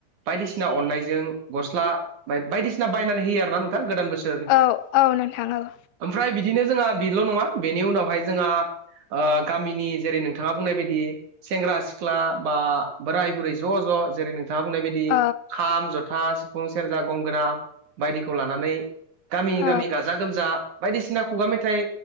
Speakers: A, on the right; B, on the left.
A: बायदिसिना अननायजों गस्ला बायदिसिना बायनानै होयो आरो ना नोंथां गोदान बोसो
B: औ औ नोंथां औ
A: ओमफ्राय बिदिनो जोंहा बेल' नङा बेनि उनावहाय जोंहा ओ गामिनि जेरै नोंथाङा बुंनाय बायदि सेंग्रा सिख्ला बा बोराय बुरै ज' ज' जेरै नोंथाङा बुंनाय बायदि
B: औ
A: खाम जथा सिफुं सेरजा गंगोना बायदिखौ लानानै गामि
B: औ
A: गामि गासै जा गोमजा बायदिसिना खुगा मेथाइ